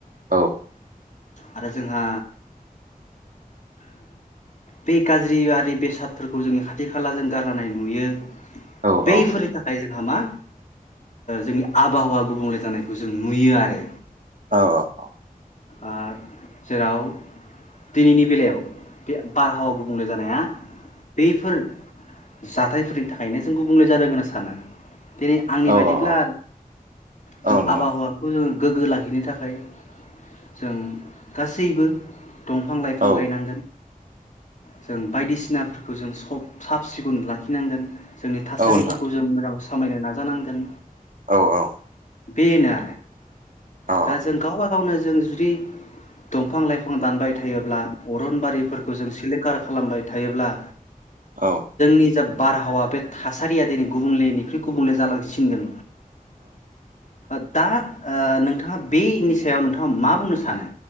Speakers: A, on the right; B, on the left.
A: औ
B: आरो जोंहा बे गाज्रि आरि बेसादफोरखौ जोंनि खाथि खाला जों गारलानाय नुयो
A: औ
B: बैफोरनि
A: औ
B: थाखाय जों जोंहा मा जोंनि ओ आबहावा गुबुंले जानायखौ जों नुयो आरो
A: औ औ औ
B: ओ जेराव दिनैनि बेलायाव बे बारहावा गुबुंले जानाया बैफोर जाथायफोरनि थाखायनो जों गुबुंले जादों होनना सानो दिनै आंनि
A: औ
B: बायदिब्ला
A: औ
B: जों
A: औ नोंथां
B: आबहावाखौ जों गोग्गो लाखिनो थाखाय जों गासैबो, दंफां लाइफां
A: औ
B: गायनांगोन जों बायदिसिनाफोरखौ जों सब साब सिब गुन लाखिनांगोन, जोंनि थासारिफोरखौ
A: औ नोंथां
B: जों मोजाङै सामलायनो नाजानां गोन
A: औ औ
B: बेना
A: औ
B: दा जों गावबा गावनो जों जुदि दंफां लाइफां दानबाय थायोब्ला, अरनबारिफोरखौ जों सिलिंखार, खालामबाय थायोब्ला,
A: औ
B: फिजा बारहावा बे थासारिया दिनै गुबुंलेनिख्रुइ गुबुंले जालांसिनगोन, आ दा ओ नोंथाङा बे नि सायाव नोंथाङा मा बुंनो सानो